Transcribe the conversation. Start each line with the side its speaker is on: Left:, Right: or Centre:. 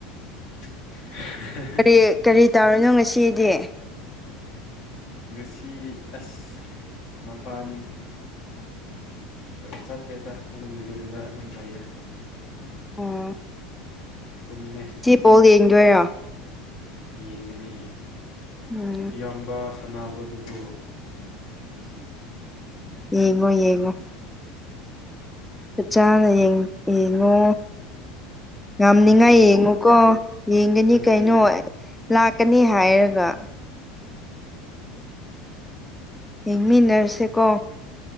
Left: <unintelligible>
Centre: ꯀꯔꯤ ꯀꯔꯤ ꯇꯧꯔꯤꯏꯅꯣ ꯉꯁꯤꯗꯤ
Left: ꯉꯁꯤ ꯑꯁ ꯃꯄꯥꯟ ꯆꯠꯇꯦꯗ ꯑꯗꯨꯝ ꯌꯨꯝꯗ ꯑꯗꯨꯝ ꯂꯩꯌꯦ
Centre: ꯑꯣꯝ <unintelligible>
Left: ꯇꯨꯝꯃꯦ
Centre: ꯕꯜꯣ ꯌꯦꯡꯗꯣꯏꯔꯣ
Left: ꯌꯦꯡꯒꯅꯤ
Centre: ꯎꯝ
Left: ꯏꯌꯥꯝꯕ ꯁꯥꯟꯅꯕꯗꯨꯕꯨ
Centre: ꯌꯦꯡꯉꯣ ꯌꯦꯡꯉꯣ ꯐ ꯆꯥꯅ ꯌꯦꯡꯉꯣ ꯌꯥꯝꯅꯤꯉꯥꯏ
Left: ꯅꯪꯗꯤ
Centre: ꯌꯦꯡꯉꯨꯀꯣ ꯌꯦꯡꯒꯅꯤ
Left: ꯅꯪꯗꯤ
Centre: ꯀꯩꯅꯣ ꯂꯥꯛꯀꯅꯤ ꯍꯥꯏꯔꯒ ꯌꯦꯡꯃꯤꯟꯅꯔꯁꯦꯀꯣ